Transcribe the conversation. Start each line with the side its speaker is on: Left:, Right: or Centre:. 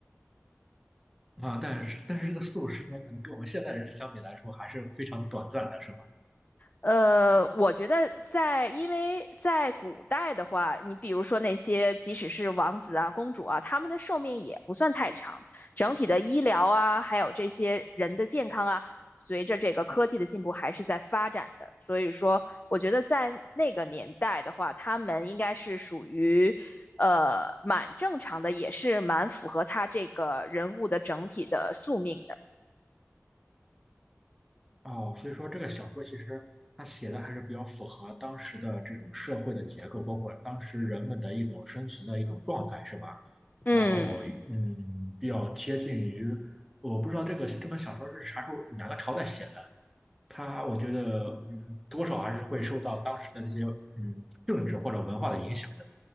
Centre: 啊，但是但是这个四五十年可能跟我们现代人相比来说还是非常短暂的，是吧？
Left: 呃，我觉得在，因为在古代的话，你比如说那些即使是王子啊、公主啊，他们的寿命也不算太长，整体的医疗啊，还有这些人的健康啊，随着这个科技的进步还是在发展的。所以说，我觉得在那个年代的话，他们应该是属于，呃，蛮正常的，也是蛮符合他这个人物的整体的宿命的。
Centre: 哦，所以说这个小说其实它写的还是比较符合当时的这种社会的结构，包括当时人们的一种生存的一种状态，是吧？
Left: 嗯。
Centre: 然后，嗯，比较贴近于，我不知道这个这本小说是啥时候哪个朝代写的，它我觉得，嗯，多少还是会受到当时的这些，嗯，政治或者文化的影响的。